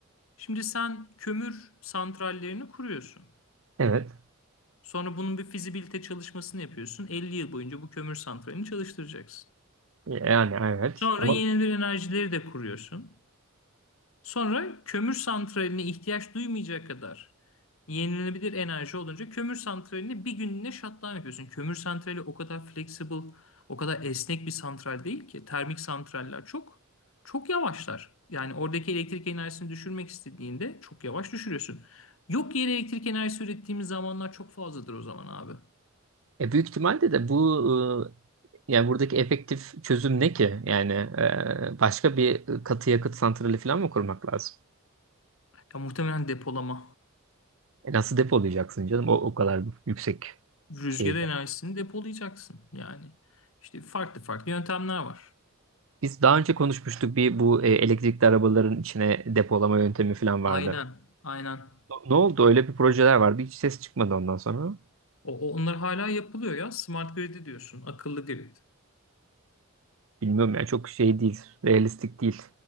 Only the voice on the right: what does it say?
Evet.
Yani evet.
Ama
e, büyük ihtimalle de bu e, yani buradaki efektif çözüm ne ki? Yani e, başka bir katı yakıt santrali falan mı kurmak lazım?
E, nasıl depolayacaksın canım o, o kadar yüksek
şeyde.
Biz daha önce konuşmuştuk bir bu e, elektrikli arabaların içine depolama yöntemi falan
vardı.
Ne oldu? Öyle bir projeler vardı. Hiç ses çıkmadı ondan sonra.
Bilmiyorum ya çok şey değil, realistik değil.